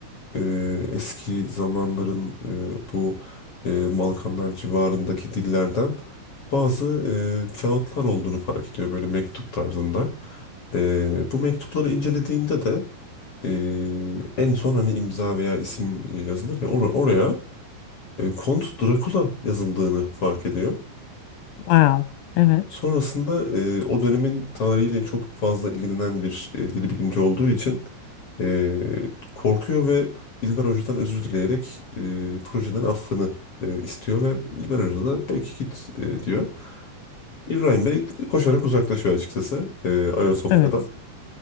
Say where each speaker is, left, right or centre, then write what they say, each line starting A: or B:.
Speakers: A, on the left (about 45°); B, on the left (about 80°).
A: e, eski zamanların e, bu e, Balkanlar civarındaki dillerden bazı e, kağıtlar olduğunu fark ediyor. Böyle mektup tarzında. E, bu mektupları incelediğinde de e, en son hani imza veya isim yazılır ya or- oraya e, Kont Drakula yazıldığını fark ediyor.
B: Wow. Evet.
A: Sonrasında e, o dönemin tarihiyle çok fazla ilgilenen bir e, dil bilimci olduğu için e, korkuyor ve İlber Hoca'dan özür dileyerek e, projeden affını e, istiyor ve İlber Hoca da peki git e, diyor. İbrahim Bey koşarak uzaklaşıyor açıkçası e, Ayasofya'dan.
B: Evet.